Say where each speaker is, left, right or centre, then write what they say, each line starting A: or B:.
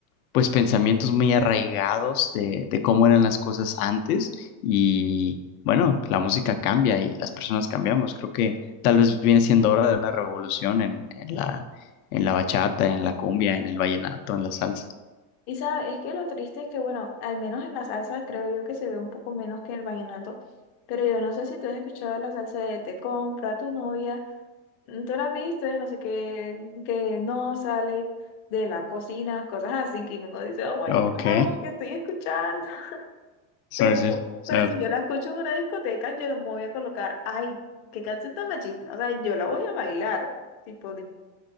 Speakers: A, on the left (about 80°); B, on the left (about 35°).
A: pues pensamientos muy arraigados de, de cómo eran las cosas antes y bueno, la música cambia y las personas cambiamos. Creo que tal vez viene siendo hora de una revolución en, en la, en la bachata, en la cumbia, en el vallenato, en la salsa.
B: Y sabes, es que lo triste es que, bueno, al menos en la salsa creo yo que se ve un poco menos que en el vallenato, pero yo no sé si tú has escuchado la salsa de te compra tu novia, mm, tú la has visto, eh, no sé qué, que no sale de la cocina, cosas así que uno dice, oh my
A: Ok,
B: God, que estoy escuchando. <laughs>
A: sí,
B: Pero,
A: sí, o sea,
B: pero si yo la escucho en una discoteca, yo no me voy a colocar, ay, qué canción tan machista, o sea, yo la voy a bailar, tipo,